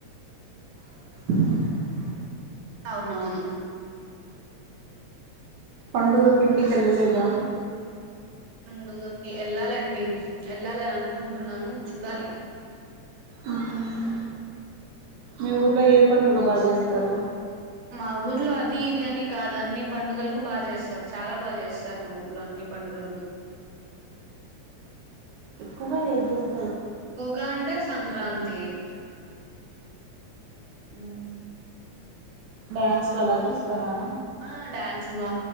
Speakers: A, on the right; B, on the right.
A: <inaudible>
B: అవునవును
A: పండుగకి ఇంటికి వెళ్ళలేదా
B: పండుగకి ఎళ్ళాలండి ఎళ్ళాలని అనుకుంటున్నాను చూడాలి
A: అవును మీ ఊర్లో ఏ ఇప్పడు నుగ బాగా చేస్తారు
B: మా ఊర్లో అది ఇది అని కాదు అన్ని పండుగలకు బాగా చేస్తారు చాలా బాగా చేస్తారు మా ఊర్లో అన్ని పండుగలను
A: ఎక్కువగా ఏజస్త
B: పగాంటే సంక్రాంతి అ ఇ
A: న్స్ వా చసుస్తారా
B: ఆ డ్యాన్స్లు మ